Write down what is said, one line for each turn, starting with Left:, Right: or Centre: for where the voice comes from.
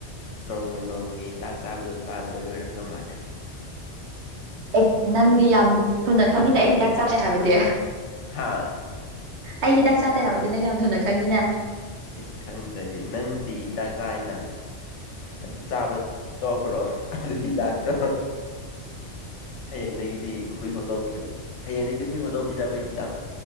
Left: ꯅꯣꯡꯃ ꯅꯣꯡꯃꯒꯤ ꯍꯤꯗꯥꯛ ꯆꯥꯕꯗꯣ ꯆꯥꯗꯕꯒꯤ ꯑꯣꯏꯔꯝꯗꯧ ꯃꯥꯜꯂꯦ
Right: ꯑꯦ ꯅꯪꯗꯤ ꯌꯥꯝ ꯊꯨꯅ ꯈꯪꯉꯤꯅꯥ ꯑꯩ ꯍꯤꯗꯥꯛ ꯆꯥꯗꯦ ꯍꯥꯏꯕꯗꯤ
Left: ꯍꯥꯥ
Right: ꯑꯩ ꯍꯤꯗꯥꯛ ꯆꯥꯗꯦ ꯍꯥꯏꯕꯗꯤ ꯅꯪ ꯌꯥꯝ ꯊꯨꯅ ꯈꯪꯉꯤꯅꯥ
Left: ꯏꯁ ꯈꯪꯗ꯭ꯔꯗꯤ ꯅꯪ ꯅꯨꯡꯇꯤꯒꯤ ꯍꯤꯗꯥꯛ ꯆꯥꯅ ꯑꯗꯨ ꯆꯥꯕ ꯇꯣꯛꯈ꯭ꯔꯣ ꯑꯗꯨ ꯍꯤꯗꯥꯛꯇꯣ ꯍꯌꯦꯡꯗꯒꯤꯗꯤ ꯍꯨꯏ ꯍꯧꯗꯧꯡ ꯄꯤꯖꯧ ꯍꯌꯦꯡꯗꯒꯤꯗꯤ ꯍꯨꯏ ꯍꯧꯗꯣꯡ ꯄꯤꯖꯕꯩ ꯍꯤꯗꯥꯛ